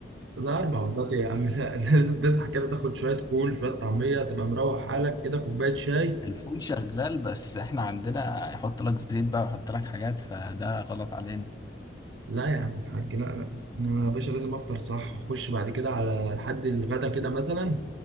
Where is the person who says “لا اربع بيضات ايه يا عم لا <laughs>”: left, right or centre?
Right